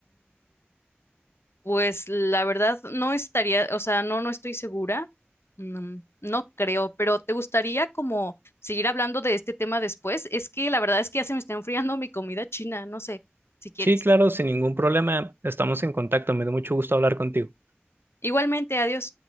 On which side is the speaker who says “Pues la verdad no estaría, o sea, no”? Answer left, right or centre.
Left